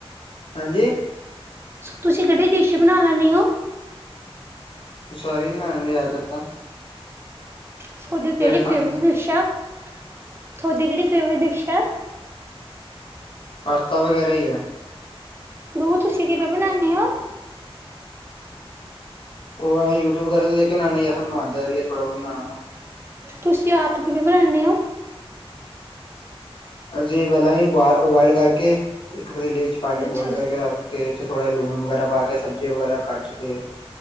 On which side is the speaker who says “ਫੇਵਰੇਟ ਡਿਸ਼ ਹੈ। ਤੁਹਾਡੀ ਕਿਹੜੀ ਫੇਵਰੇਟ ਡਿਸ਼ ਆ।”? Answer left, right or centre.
Right